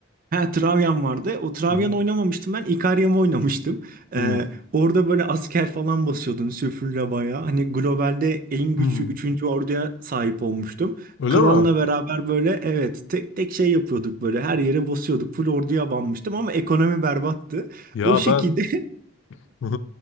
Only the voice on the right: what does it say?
Ha, Travyan vardı. O Travyan
oynamamıştım ben. Ikariam'ı oynamıştım.
Ee, orada böyle asker falan basıyordun süfürle bayağı. Hani globalde en güçlü
üçüncü orduya sahip olmuştum.
Klanla
beraber böyle evet tek tek şey yapıyorduk böyle her yere basıyorduk. Full orduya banmıştım ama ekonomi berbattı.
O şekilde